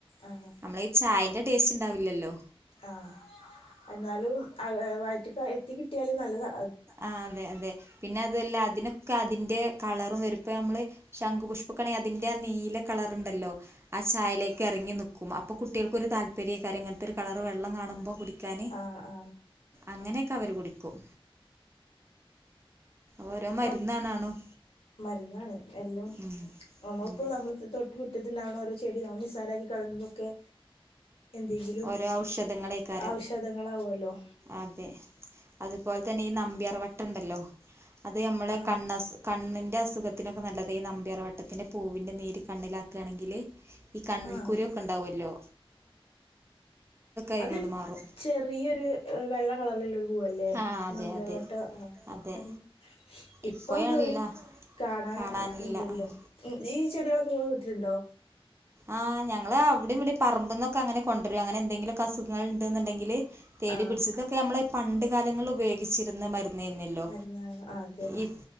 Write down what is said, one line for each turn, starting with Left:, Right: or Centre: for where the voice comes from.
Left: അഹാ
Right: നമ്മള ഈ ചായന്റെ ടേസ്റ്റ് ണ്ടാവില്ലല്ലോ
Left: ആഹ് എന്നാലും അതെ വയറ്റ്ക്കായി തഎത്തി കിട്ടിയാലും നല്ലതാ
Right: ആഹ് അതെ അതെ പിന്നെ അതുല്ല അതിനൊക്കെ അതിന്റെ കളറും വരുമ്പൊ നമ്മള് ശംഖു പുഷ്പക്കണെ അതിന്റെ ആ നീല കളറുണ്ടല്ലോ ആ ചായലേക്ക് ഇറങ്ങി നിക്കും അപ്പൊ കുട്ടികൾക്കൊരു താല്പര്യേക്കാരം ഇങ്ങൻത്തെ ഒരു കളർ വെള്ളം കാണുമ്പോ കുടിക്കാന്
Left: ആ ആ
Right: അങ്ങനെയൊക്കെ അവര് കുടിക്കും ഓരോ മരുന്നാണാണും
Left: മക്- മരുന്നാണ് എല്ലും
Right: ഉം
Left: അമ്മള്പ്പോ
Right: അതെ
Left: നമ്മൾ തൊട്ട്മുറ്റത്തിണ്ടാവണ ഓരോ ചെടി നമ്മൾ നിസ്സാരാക്കി കളയുന്നതൊക്കെ എന്തെങ്കിലും
Right: ഓരോ ഔഷധങ്ങളേക്കാരം
Left: ഔഷധങ്ങളാവോല്ലോ
Right: അതെ അതുപോലെ തന്നെ ഈ നമ്പിയാർവട്ടണ്ടല്ലോ അത് നമ്മളെ
Left: ആ
Right: കണ്ണസ് കണ്ണിന്റെ അസുഖത്തിനൊക്കെ നല്ലതാ ഈ നമ്പിയാർവട്ടത്തിന്റെ പൂവിന്റെ നീര് കണ്ണിലാക്കാണെങ്കില് ഈ കണ്ണിൽകുരൊക്കെ
Left: ആ
Right: ഇണ്ടാവല്ലോ അയിനോട്
Left: അത്
Right: മാറും
Left: ചെറിയൊരു വെള്ള കളറിലുള്ള പൂവല്ലേ
Right: ആഹ് അതെ
Left: നമ്പിയാർവട്ട
Right: അതെ
Left: ആഹ്
Right: അതെ
Left: ഇപ്പ
Right: ഇപ്പോഴല്ല
Left: അതോന്നൊവിടിം കാണാ
Right: കാണാനില്ല
Left: ഇല്ലല്ലോ
Right: ആഹ്
Left: ഈ ചെടികളൊക്കെ നിങ്ങളെ വീട്ടിലുണ്ടോ
Right: ആഹ് ഞ ങ്ങള് അവിടിവിടിം പറമ്പ്ന്നൊക്കെ അങ്ങനെ കൊണ്ടരാ അങ്ങനെ എന്തെങ്കിലും അസുഖങ്ങള് ഇണ്ട്ന്ന്ണ്ടങ്കില് തേടി
Left: ആ
Right: പിടിച്ച് ഇതൊക്കെ ഞമ്മളെ പണ്ട് കാലങ്ങൾ ല് ഉപയോഗിച്ചിരുന്ന മര് ന്നേന്നില്ലോ
Left: മരുന്നാണ് ആ അതെ
Right: ഇ